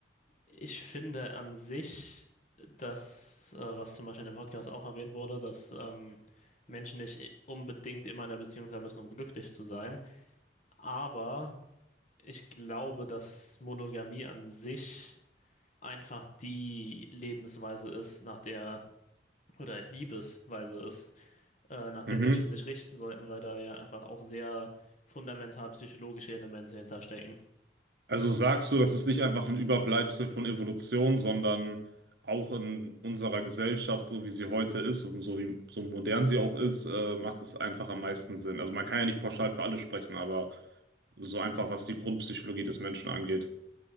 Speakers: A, on the left; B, on the right.
A: Ich finde an sich, dass, äh, was zum Beispiel in dem Podcast auch erwähnt wurde, dass ähm, Menschen nicht unbedingt immer in einer Beziehung sein müssen, um glücklich zu sein. Aber ich glaube, dass Monogamie an sich einfach die Lebensweise ist, nach der, oder halt Liebesweise ist, äh, nach der
B: Mhm.
A: Menschen sich richten sollten, weil da ja einfach auch sehr fundamental psychologische Elemente hinterstecken.
B: Also sagst du, das ist nicht einfach ein Überbleibsel von Evolution, sondern auch in unserer Gesellschaft, so wie sie heute ist und so wie so modern sie auch ist, äh, macht es einfach am meisten Sinn. Also man kann ja nicht pauschal für alle sprechen, aber so einfach, was die Grundpsychologie des Menschen angeht.